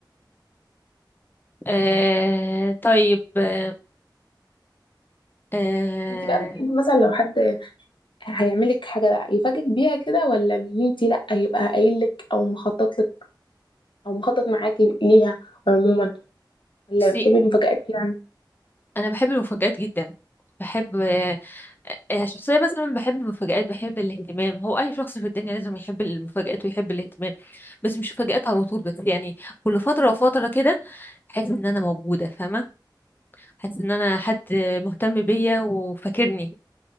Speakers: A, on the left; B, on the left.
A: آه، طيب آه آه،
B: انت بقى بتحبي مثلا لو حد هيعملك حاجه بقى يفاجئك بيها كده ولا ان انت لا يبقى قايل لك او مخطط لك او مخطط معاكي ليها عموما ولا
A: بصي
B: بتحبي المفاجآت يعني
A: انا بحب المفاجآت جدا بحب آه، آه، شخصيا مثلا بحب المفاجآت بحب الاهتمام هو اي شخص في الدنيا لازم يحب المفاجآت ويحب الاهتمام بس مش مفاجآت على طول بس يعني كل فترة وفترة كده احس ان انا موجودة فاهمة حاسس ان انا حد مهتم بيا وفاكرني